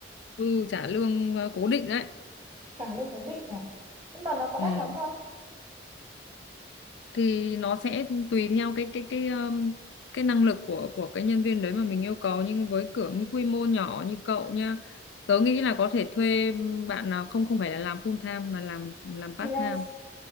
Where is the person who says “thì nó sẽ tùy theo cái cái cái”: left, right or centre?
Left